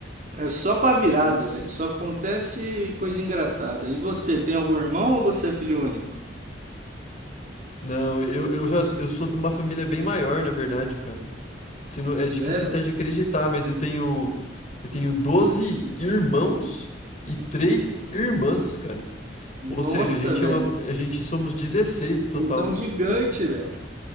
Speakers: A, on the right; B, on the left.
A: é só pra virada, velho. Só acontece coisa engraçada. E você, tem algum irmão ou você é filho único?
B: Não, eu, eu já eu sou de uma família bem maior, na verdade, cara. Se não- é
A: Sério?
B: difícil até de acreditar, mas eu tenho eu tenho 12 irmãos e três irmãs, cara.
A: Nossa,
B: Ou seja, a gente
A: velho.
B: é uma, a gente somos 16 no total.
A: Vocês são gigante, velho.